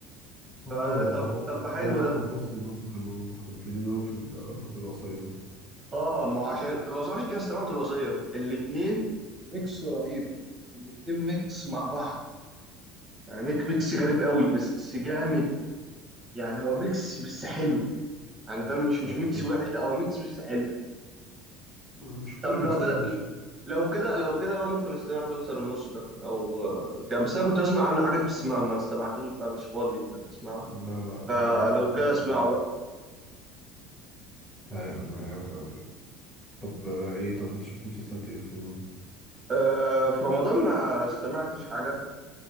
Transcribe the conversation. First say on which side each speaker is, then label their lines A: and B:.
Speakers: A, in the centre; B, on the right.
A: برضه
B: فطب
A: هو
B: طب حلو
A: هو
B: ده
A: اكرم حسني برضه كانوا كانوا حلوين قوي في ال- في الوصيه برضه
B: اه ما هو عشان الوصية عشان كده استمعت الوصية الاتنين ميكس رهيب الاتنين ميكس مع بعض يعني ميك- ميكس
A: مم.
B: غريب قوي بس جامد يعني هو ميكس بس حلو يعني فاهم مش مش
A: ايوه
B: ميكس
A: فعلا
B: وحش لا هو ميكس بس حلو
A: مش كل
B: طب
A: ميكسات
B: لو كده
A: وحشه
B: لو كده لو كده بقى ممكن استمع مسلسل النص ده لو آه، كده بس انا كنت اسمع عنه حاجات بس ما ما استمعتوش بقى مش فاضي ان انا اسمعه
A: لا لا
B: فلو
A: لا لا بجد
B: كده
A: هيعجبك
B: اسمعه بقى
A: ايوه ما هيعجبك قوي بجد طب آه، ايه طب انت شفت مسلسلات ايه في رمضان؟
B: آه، في رمضان ما استمعتش حاجة